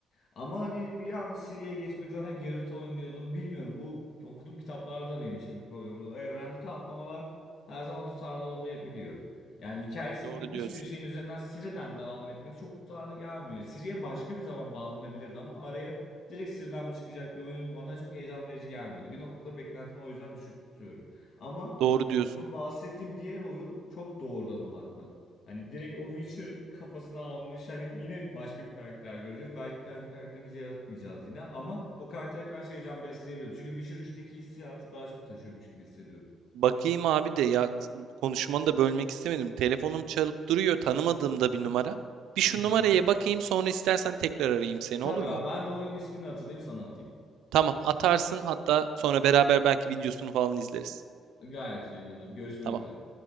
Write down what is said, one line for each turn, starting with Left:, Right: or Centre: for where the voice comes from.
Left: Ama hani bir anda Siri'ye geçmek zaten Geralt oynuyordun. Bilmiyorum bu okuduğum kitaplarda benim için bir problem oldu. O evrendeki atlamalar her zaman tutarlı olmayabiliyor. Yani hikayesi
Right: doğru
Left: bitmiş
Right: diyorsun.
Left: bir şeyin üzerinden Siri'den devam etmek çok tutarlı gelmiyor. Siri'ye başka bir zaman bağlanabilirdi ama araya direkt Siri'den mi çıkacak bir oyun bana çok heyecan verici gelmedi. Bir noktada beklentimi o yüzden düşük tutuyorum. Ama
Right: Doğru diyorsun.
Left: bu bahsettiğim diğer oyun çok doğrudan odaklı. Hani direkt o Witcher kafasına almış. Hani yine başka bir karakter göreceğiz. Belki kendi karakterimizi yaratmayacağız yine ama o karaktere karşı heyecan besleyebiliyorum. Çünkü Witcher 3'teki hissiyatı daha çok taşıyormuş gibi hissediyorum.
Right: Bakayım abi de ya konuşmanı da bölmek istemedim. Telefonum çalıp duruyor tanımadığım da bir numara. Bir şu
Left: <laughs>
Right: numaraya bakayım sonra istersen tekrar arayayım seni
Left: Tabii
Right: olur mu?
Left: abi ben de oyunun ismini hatırlayayım sana atayım.
Right: Tamam atarsın hatta sonra beraber belki videosunu falan izleriz.
Left: Gayet uygundur. Görüşmek
Right: Tamam.
Left: üzere.